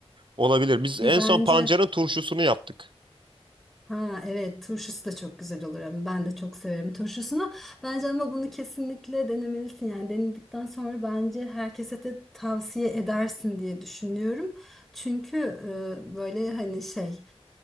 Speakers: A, on the right; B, in the centre.
A: Olabilir. Biz en
B: Bir bence
A: son pancarın turşusunu yaptık.
B: Ha evet turşusu da çok güzel olur ama ben de çok severim turşusunu. Bence ama bunu kesinlikle denemelisin yani denedikten sonra bence herkese de tavsiye edersin diye düşünüyorum. Çünkü e, böyle hani şey